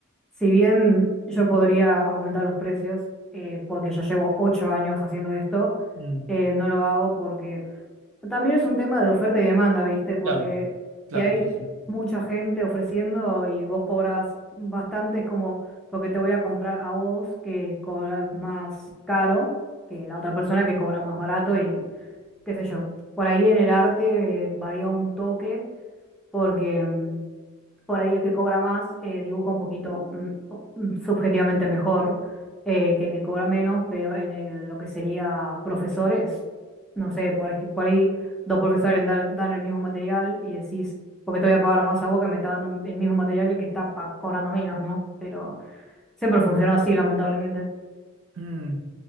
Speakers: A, in the centre; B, on the right.
A: Si bien yo podría aumentar los precios, eh, porque ya llevo ocho años haciendo esto,
B: mm.
A: eh, no lo hago porque también es un tema de oferta y demanda, ¿viste? Porque
B: Claro, claro,
A: si hay
B: eso sí.
A: mucha gente ofreciendo y vos cobras bastante, es como porque te voy a comprar a vos que cobras más caro que la otra persona que cobra más barato y qué sé yo. Por ahí en el arte, eh, varía un toque porque... mm, por ahí el que cobra más eh, dibuja un poquito mm, o- mm, subjetivamente mejor eh, que el que cobra menos, pero en el- lo que sería profesores, no sé, por, ej- por ahí dos profesores dan, dan el mismo material y decís, ¿por qué te voy a pagar más a vos que me está dando el mismo material que el que está pa- cobrando menos, ¿no? Pero siempre funciona así, lamentablemente.
B: Mm.